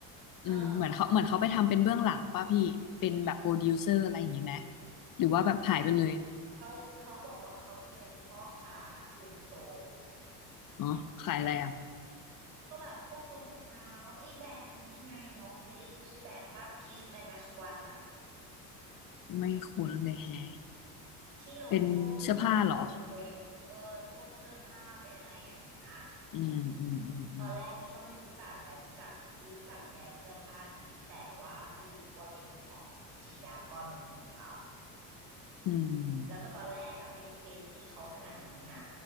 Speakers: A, on the left; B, on the right.
A: อืมเหมือนเขาเหมือนเขาไปทำเป็นเบื้องหลังป่ะพี่เป็นแบบโปรดิวเซอร์อะไรอย่างงี้ไหม
B: เออแล้ว
A: หรือว่าแบบหายไปเลย
B: เขาเขาบอกว่าเขาไปเป็นพ่อค้ากรุงโซล
A: อ๋อขายอะไรอ่ะ
B: ก็แบบพวกรองเท้าไอ้แบรนด์อันนี้ไงน้องเคยได้ยินชื่อแบรนด์ป่ะ Peace Manage One อะ
A: ไม่คุ้นเลยแฮะ
B: ที่โลโก้มันเป็นกลมๆแบบเออเป็นพวกเสื้อผ้าเป็นอะไรอย่างเงี้ย
A: เป็นเสื้อผ้าเหรออืมอืมอืมอืม
B: ตอนแรกนี่ก็ไม่รู้จักแต่รู้จักรู้จักแบรนด์เสื้อผ้านี้แต่ว่าไม่รู้ว่าเป็นของจีดากอนเป็นคนทำ
A: อืม
B: แล้วก็ตอนแรกอะไม่ได้เคซี่เขาขนาดนี้นะ